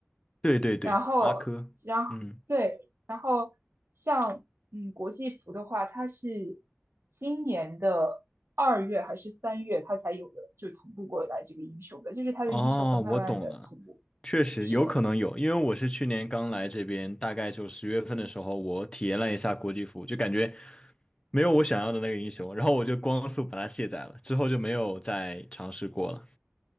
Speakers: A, on the left (about 25°); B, on the right (about 80°).
A: 对对对，
B: 然后然后对，
A: 阿珂，嗯，
B: 然后像嗯国际服的话，它是今年的二月还是三月它才有的，就同步过来这个英雄的，就是它的英雄会慢慢的同步。
A: 哦，我懂了，确实有可能有，
B: 是的。
A: 因为我是去年刚来这边，大概就十月份的时候，我体验了一下国际服务就感觉没有我想要的那个英雄，然后我就光速把它卸载了，之后就没有再尝试过了。